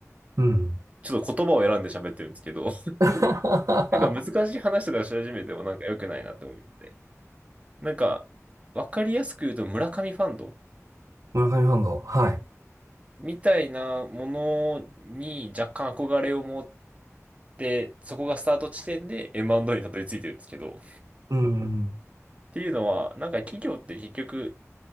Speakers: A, on the right; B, on the right.
A: うん。
B: ちょっと言葉を選んで喋ってるんですけど、
A: <laughs>
B: <laughs> なんか難しい話とかし始めてもなんか良くないなって思って。なんか、わかりやすく言うと村上ファンド。
A: 村上ファンド。はい。
B: みたいなものに若干憧れを持って、そこがスタート地点で M&A にたどり着いてるんですけど。っ
A: うん。
B: ていうのは、なんか企業って結局、